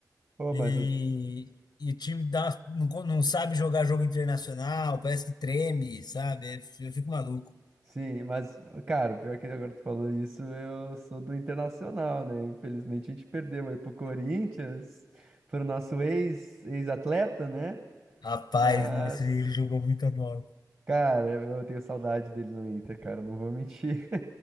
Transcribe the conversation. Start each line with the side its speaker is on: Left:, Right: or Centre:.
Right: Pô,
Left: e,
Right: mas eu...
Left: e o time dá, não, con- não sabe jogar jogo internacional, parece que treme, sabe? Eu fico maluco.
Right: Sim, mas, cara, pior que agora tu falou isso, eu sou do Internacional, né? Infelizmente a gente perdeu aí pro Corinthians, pro nosso ex, ex-atleta, né?
Left: Rapaz,
Right: Mas
Left: nossa, ele jogou muita bola.
Right: Cara, eu tenho saudade dele no Inter, cara, não vou mentir.